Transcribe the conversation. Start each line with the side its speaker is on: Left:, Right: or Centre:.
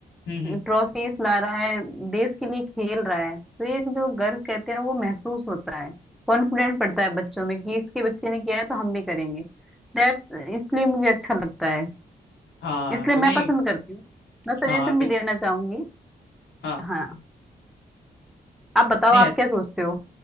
Left: हम्म हम्म,
Centre: ट्रॉफीज ला रहा है देश के लिए खेल रहा है तो एक जो गर्व कहते हैं वो महसूस होता है कॉन्फिडेंट पड़ता है बच्चों में कि इसके बच्चे ने किया है तो हम भी करेंगे दैट्स इसलिए मुझे अच्छा लगता है
Left: हाँ
Centre: इसलिए
Left: ब-
Centre: मैं
Left: नहीं
Centre: पसंद करती हूँ मैं सजेशन
Left: हाँ बिल-
Centre: भी देना चाहूंगी
Left: हाँ
Centre: हाँ आप बताओ
Left: नहीं
Centre: आप क्या सोचते हो